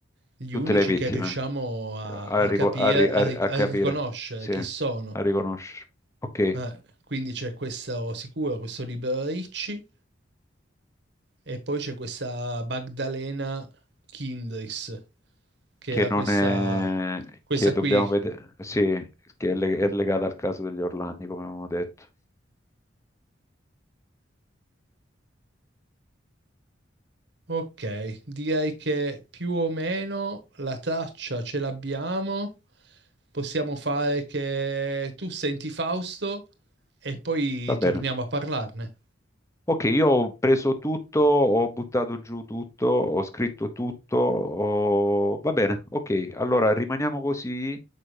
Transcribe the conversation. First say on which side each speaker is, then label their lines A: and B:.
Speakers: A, on the right; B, on the left.
A: gli
B: tutte
A: unici
B: le vittime.
A: che riusciamo a,
B: A,
A: a
B: rico-
A: capire,
B: a ri-
A: a
B: a-
A: ric-
B: a
A: a
B: capire,
A: riconoscere
B: sì,
A: chi
B: a
A: sono.
B: riconoscere. Ok,
A: Eh, quindi c'è questo sicuro, questo Libero Ricci e poi c'è questa Magdalena Kindris, che
B: che
A: era
B: non
A: questa,
B: è...
A: questa
B: che dobbiamo
A: qui.
B: vedere... Sì, che è, le- è legata al caso degli Orlandi, come abbiamo detto.
A: Ok, direi che più o meno la traccia ce l'abbiamo. Possiamo fare che tu senti Fausto e poi
B: Va bene.
A: torniamo a parlarne.
B: Ok, io ho preso tutto, ho buttato giù tutto, ho scritto tutto, ho- va bene, ok, allora rimaniamo così.